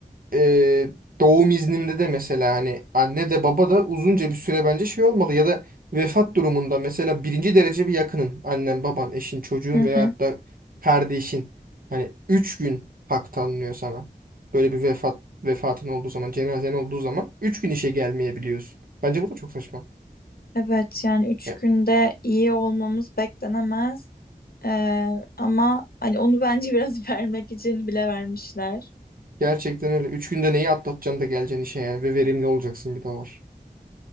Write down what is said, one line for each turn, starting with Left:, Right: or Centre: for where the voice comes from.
Right: e, doğum izninde de mesela hani anne de baba da uzunca bir süre bence şey olmalı ya da vefat durumunda mesela birinci derece bir yakının annen baban eşin çocuğun
Left: Hı
Right: veyahut
Left: hı.
Right: da kardeşin hani 3 gün hak tanınıyor sana. Böyle bir vefat vefatın olduğu zaman cenazen olduğu zaman 3 gün işe gelmeyebiliyorsun. Bence bu da çok saçma.
Left: Evet yani üç
Right: Ya,
Left: günde iyi olmamız beklenemez. Ee, ama hani onu bence biraz <laughs> vermek için bile vermişler.
Right: gerçekten öyle. üç günde neyi atlatacaksın da geleceksin işe yani ve verimli olacaksın bir de o var.